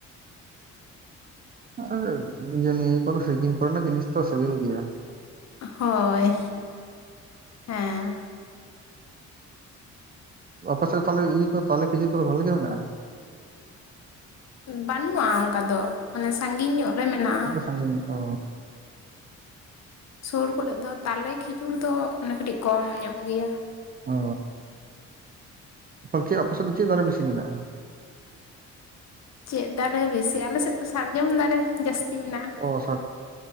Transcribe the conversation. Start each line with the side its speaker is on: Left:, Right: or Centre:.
Right: ᱟᱨ ᱟᱟ ᱡᱮ <unintelligible> ᱱᱤᱭᱟᱹ ᱠᱚᱫᱚ ᱥᱤᱡᱤᱱ ᱠᱚᱨᱮᱱᱟᱜ ᱡᱤᱱᱤᱥ ᱛᱚ ᱥᱮᱵᱮᱞ ᱜᱮᱭᱟ ᱾
Left: ᱦᱳᱭᱻ, ᱦᱮᱸᱻ ᱾
Right: ᱟᱯᱮ ᱥᱮᱫ ᱫᱚ ᱛᱟᱦᱞᱮ ᱤᱭᱟᱹ ᱠᱚ ᱛᱟᱞᱮ ᱠᱷᱤᱡᱩᱨ ᱠᱚᱫᱚ ᱵᱷᱟᱞᱮ ᱜᱮ ᱢᱮᱱᱟᱜᱼᱟ?
Left: ᱵᱟᱱᱩᱜᱼᱟ ᱚᱱᱠᱟ ᱫᱚ ᱢᱟᱱᱮ ᱥᱟᱺᱜᱤᱧ ᱧᱚᱜ ᱨᱮ ᱢᱮᱱᱟᱜᱼᱟ ᱾
Right: ᱟᱡᱚᱢ ᱚ
Left: ᱥᱩᱨ ᱠᱚᱨᱮ ᱫᱚ ᱛᱟᱞᱮ ᱠᱷᱤᱡᱩᱨ ᱫᱚ ᱚᱱᱮ ᱠᱟᱹᱴᱤᱡ ᱠᱚᱢ ᱧᱚᱜ ᱜᱮᱭᱟ
Right: ᱚ ᱟᱯᱮ ᱪᱮᱜ ᱟᱯᱮᱥᱟᱜ ᱫᱚ ᱪᱮᱫ ᱫᱟᱨᱮ ᱵᱮᱥᱤ ᱢᱮᱱᱟᱜᱼᱟ
Left: ᱪᱮᱫ ᱫᱟᱨᱮ ᱵᱮᱥᱤ ᱟᱞᱮᱥᱮᱫ ᱫᱚ ᱥᱟᱨᱡᱚᱢ ᱫᱟᱨᱮ ᱡᱟᱹᱥᱛᱤ ᱢᱮᱱᱟᱜᱼᱟ
Right: ᱚ